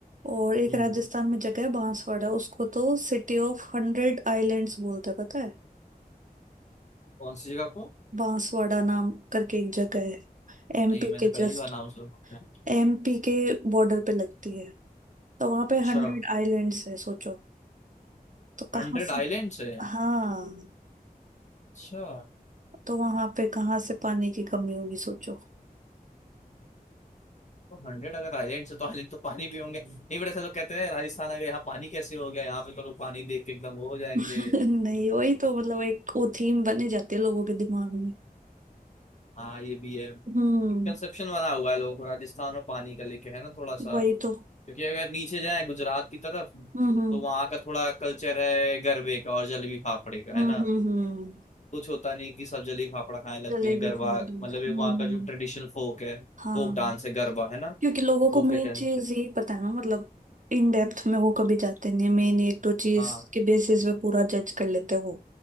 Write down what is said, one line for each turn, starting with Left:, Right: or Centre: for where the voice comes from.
Right: और एक
Left: हम्म
Right: राजस्थान में जगह है बांसवाड़ा उसको तो सिटी ऑफ हंड्रेड आइलैंड्स बोलते हैं पता है
Left: कौन सी जगह को
Right: बांसवाड़ा नाम करके एक जगह है एमपी
Left: नहीं मैंने
Right: के
Left: पहली
Right: जस्ट
Left: बार नाम सुना है।
Right: एमपी के बॉर्डर पे लगती है तो वहां पे
Left: अच्छा
Right: हंड्रेड आइलैंड्स है सोचो तो कहाँ
Left: हंड्रेड
Right: से
Left: आइलैंड से है
Right: हाँ
Left: अच्छा
Right: तो वहां पे कहाँ से पानी की कमी होगी सोचो
Left: तो हंड्रेड अगर आइलैंड से तो आइलैंड तो पानी भी होंगे नहीं बट ऐसा लोग कहते हैं राजस्थान आ गए यहाँ पानी कैसे हो गया यहाँ पे तो लोग पानी देख के एकदम वो हो जाएंगे
Right: <laughs> नहीं वही तो मतलब एक वो थीम बनी जाती है लोगों के दिमाग में
Left: हाँ ये भी है
Right: हम्म
Left: कंसेप्शन बना हुआ है लोगों को राजस्थान और पानी का लेके है ना थोड़ा सा
Right: वही तो
Left: क्योंकि अगर नीचे जाए गुजरात की तरफ
Right: हम्म हम्म
Left: तो वहाँ का थोड़ा कल्चर है गरबे का और जलेबी फाफड़े का
Right: हम्म
Left: है ना
Right: हम्म हम्म,
Left: कुछ होता नहीं कि सब जलेबी फाफड़ा खाने लगते
Right: जलेबी
Left: हैं गरबा
Right: प्रॉब्लम
Left: मतलब
Right: हम्म
Left: एक वहाँ
Right: हम्म,
Left: का जो ट्रेडिशनल फोक है
Right: हाँ
Left: फोक डांस है गरबा है ना
Right: क्योंकि लोगों को
Left: वो
Right: मेन
Left: फिर करते
Right: चीज
Left: हैं
Right: यही पता है ना मतलब इन डेप्थ में वो कभी जाते नहीं मेन एक दो चीज
Left: हाँ
Right: के बेसिस पे पूरा जज कर लेते हैं वो